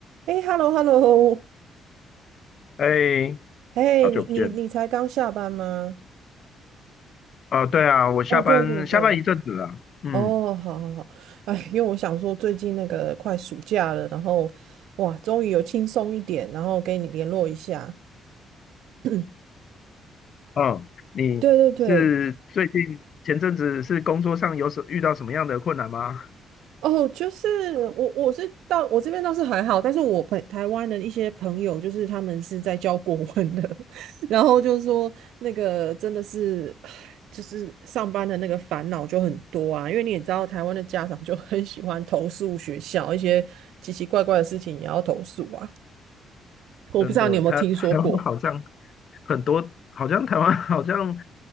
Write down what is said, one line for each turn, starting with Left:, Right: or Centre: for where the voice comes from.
Right: 哎，hello，hello，
Left: 哎，
Right: <laughs> 哎，
Left: 好久不见
Right: 你你你才刚下班吗？
Left: 哦，对啊，我下班下班一阵子了。
Right: 哦，对对对，
Left: 嗯，
Right: 哦，好好好，哎，因为我想说最近那个快暑假了，然后哇，终于有轻松一点，然后跟你联络一下。<clears throat>
Left: 哦，你是最近前阵子是工作上有什遇到什么样的困难吗？
Right: 对对对，哦，就是我我是到我这边倒是还好，但是我朋台湾的一些朋友，就是他们是在教国文的，<laughs> 然后就说那个真的是，唉就是上班的那个烦恼就很多啊，因为你也知道台湾的家长就很喜欢投诉学校一些奇奇怪怪的事情也要投诉啊，我不知道你有没有听说过。
Left: 真的，他他湾好像很多好像台湾 <laughs> 好像